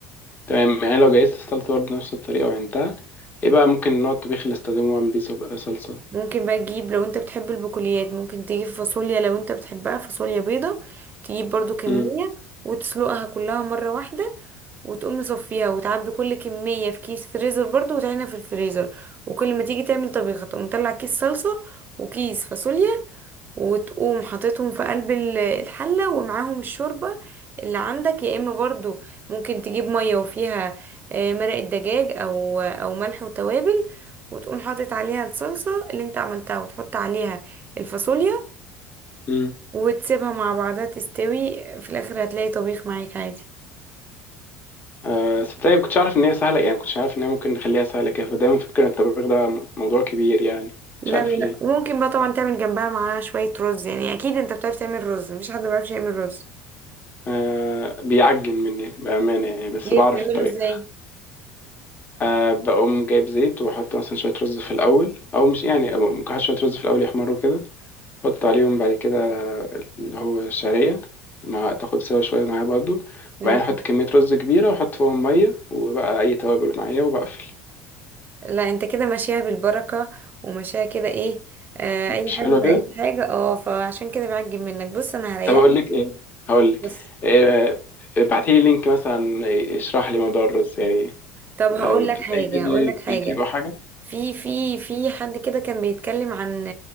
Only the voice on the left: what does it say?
تمام يعني لو جهزت الصلصه برضه نفس الطريقه وعينتها ايه بقى ممكن نوع الطبيخ اللي استخدمه واعمل بيه صب- صلصه
مم.
مم.
آه صدقني كنتش عارف ان هي سهله يعني كنتش عارف ان هي ممكن نخليها سهله كده فدايما فكره ان الطبيخ ده موضوع كبير يعني
مش عارف
ليه
آه بيعجن مني بأمانة يعني بس
بعرف
الطريقة
آه بقوم جايب زيت وبحط مثلا شوية رز في الأول أو مش يعني ممكن أحط شوية رز في الأول يحمروا كده أحط عليهم بعد كده اللي هو الشعرية مع تاخد سوا شوية معايا برضو
وبعدين أحط كمية رز كبيرة وأحط فوقهم مية وبقى أي توابل معايا وبقفل
مش
حلو
كده؟
طب أقول لك إيه؟ هقول لك
إيه ابعتيلي لينك مثلا يشرح لي موضوع الرز يعني
آه،
مفيش
أي فيديو
يوتيوب أو حاجة؟